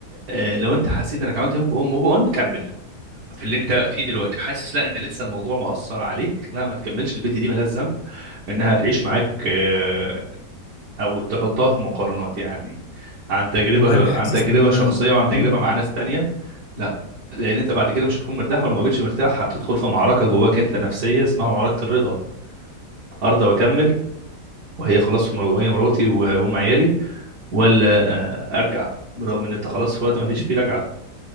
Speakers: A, on the right (about 65°); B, on the left (about 70°).
A: آه، لو انت حسيت انك عملت موف اون موف اون كمل في اللي انت فيه دلوقتي حاسس لا ان لسه الموضوع مأثر عليك لا ما تكملش البنت دي ملهاش ذنب انها تعيش معاك آه، او تحطها في مقارنات يعني عن تجربه
B: والله انا حاسس
A: عن تجربه
B: ان انا
A: شخصيه وعن
B: طالما
A: تجربه مع ناس تانية لا لان انت بعد كده مش هتكون مرتاح ولو ما بقتش مرتاح هتدخل في معركه جواك انت نفسيه اسمها معركه الرضا ارضى واكمل وهي خلاص في مر- وهي مراتي و- وام عيالي ولا آه، ارجع برغم ان انت خلاص في وقت ما فيش فيه رجعه